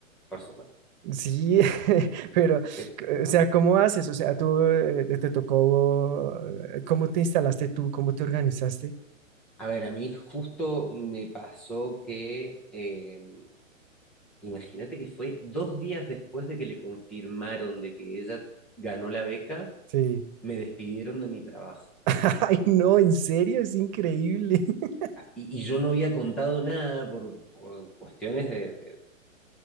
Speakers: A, in the centre; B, on the right.
A: Por supuesto.
B: Sí, <laughs> pero,
A: Eh,
B: eh, o sea, ¿cómo haces? O sea, tú eh, te, te tocó, eh, ¿cómo te instalaste tú? ¿Cómo te organizaste?
A: a ver, a mí justo me pasó que, eh, imagínate que fue dos días después de que le confirmaron de que ella ganó la beca,
B: Sí.
A: me despidieron de mi trabajo.
B: <laughs> Ay, no, en serio, es increíble. <laughs>
A: Y, y yo no había contado nada por, por cuestiones de, de,